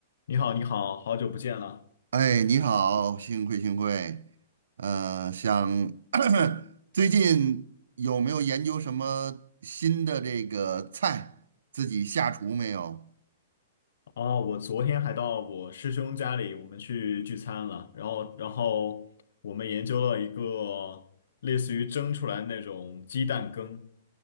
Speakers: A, on the left; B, on the right.
A: 你好，你好，好久不见了
B: 哎，你好，幸会幸会。呃，想 <clears throat> 最近有没有研究什么新的这个菜，自己下厨没有？
A: 哦！我昨天还到我师兄家里，我们去聚餐了，然后，然后我们研究了一个类似于蒸出来那种鸡蛋羹，